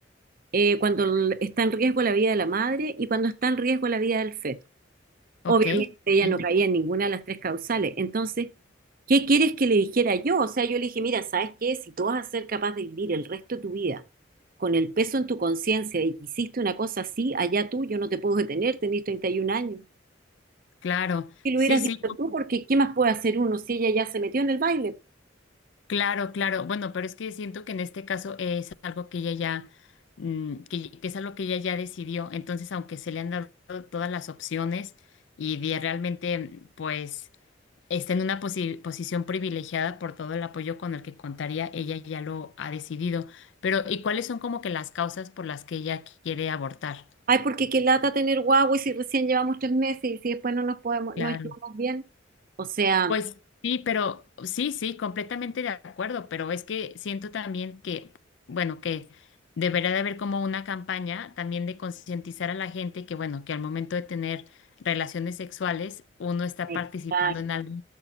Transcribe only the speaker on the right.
eh, cuando l- está en riesgo la vida de la madre y cuando está en riesgo la vida del feto.
Obviamente ella
no caía en ninguna de las tres causales. Entonces, ¿qué quieres que le dijera yo? O sea, yo le dije, mira, ¿sabes qué? Si tú vas a ser capaz de vivir el resto de tu vida con el peso en tu conciencia de que hiciste una cosa así, allá tú, yo no te puedo detener, tenés 31 años.
Si lo
hubieras
dicho tú, porque ¿qué más puede hacer uno si ella ya se metió en el baile?
Ay, porque qué lata tener guagua y si recién llevamos tres meses y si después no nos podemos,
no llevamos bien. O sea,
exacto.